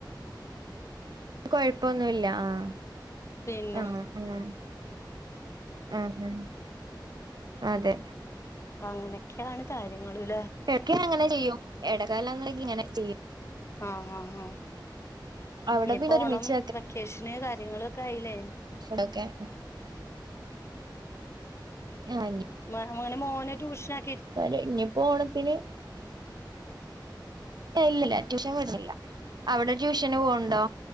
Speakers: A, on the right; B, on the left.
A: കൊഴപ്പൊന്നുല്ല അഹ്
B: പിന്നെ
A: ആഹ് ആഹ് ആഹ് ആഹ് അതെ
B: അപ്പൊ അങ്ങനൊക്കെയാണ് കാര്യങ്ങള്ലെ
A: ഇടക്കിങ്ങനെ ചെയ്യും ഇടക്കാലംന്നങ്കി ഇങ്ങനെ ചെയ്യും
B: ആഹ് ഹാ ഹാ
A: അവിടെ
B: ഇഞ്ഞിപ്പോ
A: പിന്നെ ഒരുമിച്ച്
B: ഓണം വെക്കേഷന് കാര്യങ്ങളൊക്കെ ആയീലേ
A: ഫുടൊക്കെ ആഹ്
B: മഹ്മന മോനെ ട്യൂഷന
A: ക്കാരം ഇഞ്ഞിപ്പോണത്തിന് ഇല്ലില്ല ട്യൂഷൻ വിട്ണില്ല അവിടെ ട്യൂഷന് പോവ്ണ്ടോ?